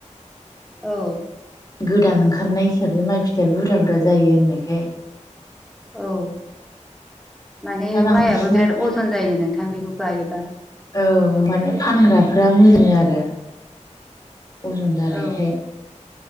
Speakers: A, in the centre; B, on the left.
A: औ
B: गोदान ओंखारनाय हिसाबै माइ फिथाइाबो बुरजा बुरजा जायो होननायखाय
A: औ। माने
B: दा बांसिनानो
A: माइआबो बिराद अजन जायो नोंथां बेखौ गायोबा।
B: औ माने फानग्राफोरा मोजां आरो अजन जानायखाय।
A: औ